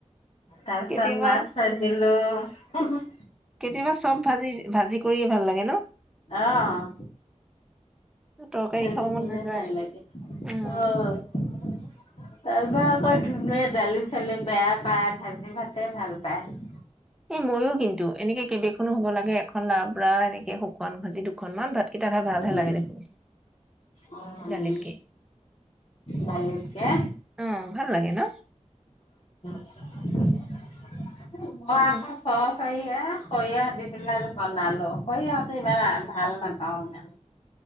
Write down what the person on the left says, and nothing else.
তাৰপিছত
মাছ ভাজিলোঁ।
হু হু
অ'-
ভাজি
কৰিয়ে
ভাল লাগে।
অ'- তাৰপা আকৌ দালি চালি বেয়া পায়, ভাজি ভাতেই ভাল পায়।
উম,
উম,
দালিতকে
<inaudible> মই আকৌ
চচ খৰিয়া সৰিয়হ দি পেলাই বনালোঁ, খৰিয়হটো ইমান ভাল নাপাওঁ ইমান।